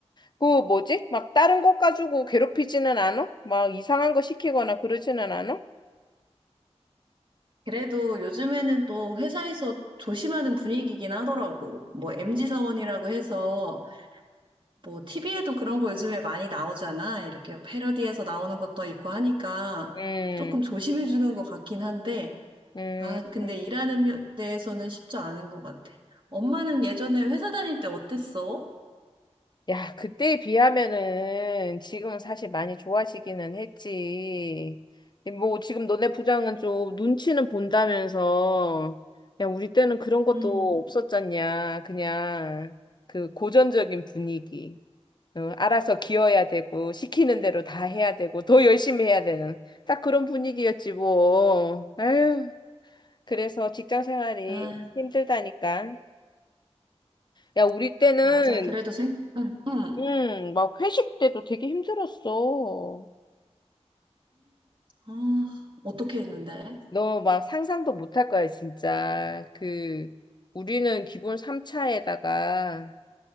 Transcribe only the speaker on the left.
그 뭐지? 막 다른 것 가지고 괴롭히지는 않아? 막 이상한 거 시키거나 그러지는 않아?
음,
음.
야, 그때에 비하면은 지금은 사실 많이 좋아지기는 했지. 뭐 지금 너네 부장은 좀 눈치는 본다면서. 야, 우리 때는 그런 것도
없었잖냐. 그냥 그 고전적인 분위기. 어, 알아서 기어야 되고 시키는 대로 다 해야 되고 더 열심히 해야 되는 딱 그런 분위기였지 뭐. 아유, 그래서 직장 생활이
힘들다니까. 야, 우리 때는
응, 막 회식 때도 되게 힘들었어.
너 막 상상도 못 할 거야, 진짜. 그, 우리는 기본 3차에다가,